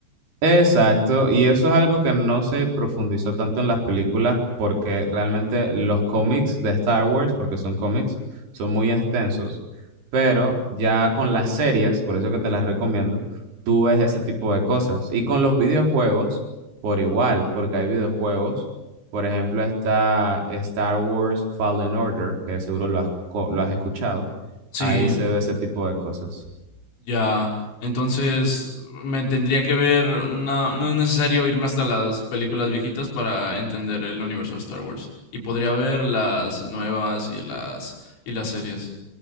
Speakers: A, on the right; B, on the left.
A: Exacto, y eso es algo que no se profundizó tanto en las películas porque realmente los cómics de Star Wars, porque son cómics, son muy extensos, pero ya con las series, por eso que te las recomiendo, tú ves ese tipo de cosas. Y con los videojuegos, por igual, porque hay videojuegos, por ejemplo, está Star Wars Fallen Order, que seguro lo has, co- lo has escuchado,
B: Sí.
A: ahí se ve ese tipo de cosas.
B: Ya, entonces me tendría que ver, na- no es necesario irme hasta las películas viejitas para entender el universo de Star Wars y podría ver las nuevas y las y las series.